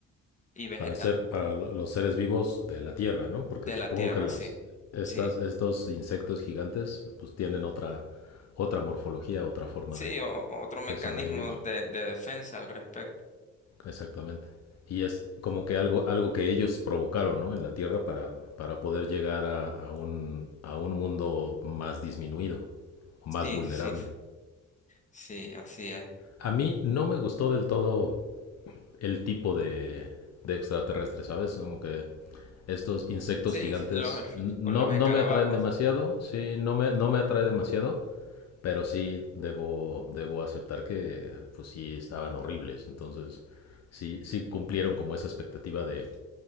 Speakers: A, on the left; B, on the left.
A: y vegetal
B: para ser, para lo- los seres vivos de la Tierra, ¿no? Porque
A: de
B: supongo
A: la Tierra,
B: que las,
A: sí.
B: estas,
A: Sí,
B: estos insectos gigantes, pues tienen otra, otra morfología, otra forma
A: sí,
B: de,
A: o- o- otro mecanismo
B: de sobrevivir.
A: de, de defensa al respecto.
B: Exactamente. Y es como que algo, algo que ellos provocaron, ¿no? En la Tierra para, para poder llegar a, a un, a un mundo más disminuido o más
A: Sí,
B: vulnerable.
A: sí, sí, así es.
B: A mí no me gustó del todo el tipo de, de extraterrestre, ¿sabes? Como que estos insectos
A: Sí,
B: gigantes
A: los,
B: n- no,
A: con los
B: no
A: escarabajos.
B: me atraen demasiado, sí, no me, no me atrae demasiado, pero sí debo, debo aceptar que pues sí estaban horribles, entonces sí, sí cumplieron como esa expectativa de